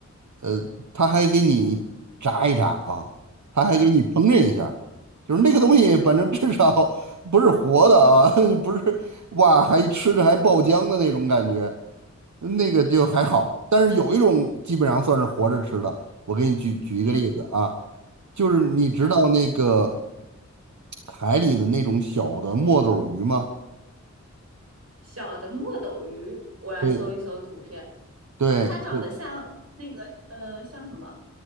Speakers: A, on the right (about 75°); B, on the right (about 55°).
A: 呃，他还给你炸一炸啊，他还给你烹饪一下就是那个东西，
B: 嗯
A: 反正至少不是活的啊，<laughs> 不是哇，还吃着还爆浆的那种感觉。那个就还好，但是有一种基本上算是活着吃的。我给你举举一个例子啊，
B: 嗯，
A: 就是你知道那个
B: 行。
A: 海里的那种小的墨斗鱼吗？
B: 小的墨斗鱼，我来搜一搜图片，
A: 对，对，
B: 它长得像那个呃像什么
A: 就